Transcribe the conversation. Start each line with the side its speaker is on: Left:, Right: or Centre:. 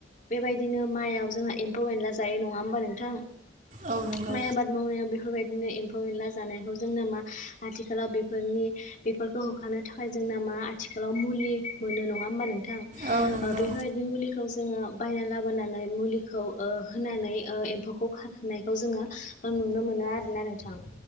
Left: बेबाय दिनो माइआव जोंहा एम्फौ एनला जायो नङा होमबा नोंथां?
Right: औ नंगौ
Left: माइ आबाद मावनायाव बेफोरबायदिनो एम्फौ एनला जानायखौ जोंनो मा आथिखालाव बेफोरनि बेफोरखौ होखारनो थाखाय जोंना मा आथिखालाव मुलि मोनो नङा होमबा नों थां ओ
Right: औ नंगौ
Left: बेफोरबायदि मुलि खौ जोङो बायना लाबोनानै मुलिखौ ओ होनानै ओ एम्फौखौ खारहोनायखौ जोङो आं नुनो मोनो आरोना नोंथां।